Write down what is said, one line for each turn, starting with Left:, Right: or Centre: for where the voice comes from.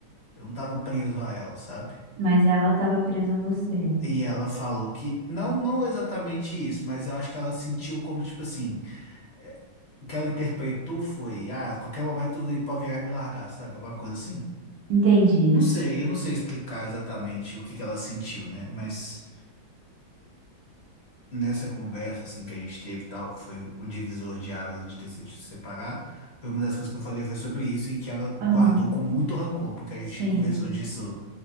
Left: Eu não tava preso a ela, sabe?
Right: Mas ela estava presa a você.
Left: E ela falou que, não, não exatamente isso, mas eu acho que ela sentiu como, tipo assim, é, o que ela interpretou foi, ah, qualquer momento ele pode virar e me largar, sabe? Alguma coisa assim.
Right: Entendi.
Left: Não sei, eu não sei explicar exatamente o que que ela sentiu, né? Mas nessa conversa assim que a gente teve e tal, foi o o divisor de águas, a gente decidiu se separar. Foi uma das coisas que eu falei foi sobre isso e que ela
Right: Aham,
Left: guardou com muito rancor, porque a
Right: sim.
Left: gente conversou disso